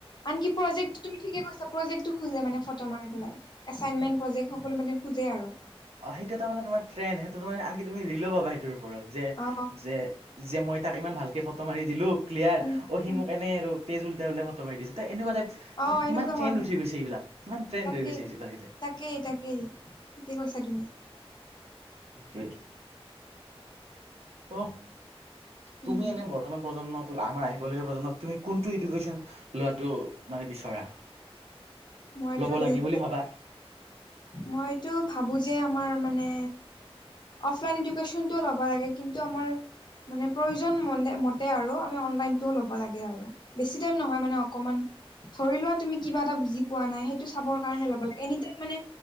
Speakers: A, on the left; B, on the right.
A: আনকি প্ৰজেক্ট তুমি ঠিকে কৈছা প্ৰজেক্টটো খোজে মানে ফটো মাৰি পেলায় এছাইনমেণ্ট প্ৰজেক্ট সকলো মানে খোজে আৰু
B: অ সেইটো এটা মানে তোমাৰ ট্ৰেণ্ড সেইটো মানে আনকি তুমি ৰিলও পাবা সেইটোৰ ওপৰত যে
A: অ
B: যে যে মই তাক ইমান ভালকে ফটো মাৰি দিলো ক্লিয়াৰ
A: উম
B: অ সি
A: উম
B: মোক এনেই আৰু তেজ উলটাই উলতাই ফটো মাৰি দিছো তাই এনেকুৱা টাইপ
A: অ
B: মানে
A: সেনেকুৱা
B: কিমান ট্ৰেইন
A: হয়
B: উঠি গৈছে এইবিলাক কিমান ট্ৰেইন
A: তাকেই
B: ৰৈ গৈছে <unintelligible>
A: তাকেই তাকেই ঠিকে কৈছা তুমি?
B: তে ত
A: উম
B: তুমি এনে বৰ্তমান প্ৰজন্মক তো আমাৰ আহিব লগীয়া প্ৰজন্মত তুমি কোনটো এডুকেশ্যন লোৱাটো মানে বিচৰা
A: মইতো
B: ল'ব
A: দুইটাই
B: লাগে বুলি ভাবা
A: মইতো ভাবো যে আমাৰ মানে অফলাইন এডুকেশ্যনটোও ল'ব লাগে কিন্তু আমাৰ মানে প্ৰয়োজন মন্দে মতে আৰু আমি অনলাইনটো ল'ব লাগে আৰু। বেছি টাইম নহয় মানে অকমান ধৰি লোৱা তুমি কিবা এটা বুজি পোৱা নাই সেইটো চাবৰ কাৰণে ল'ব লাগে এনি টাইম মানে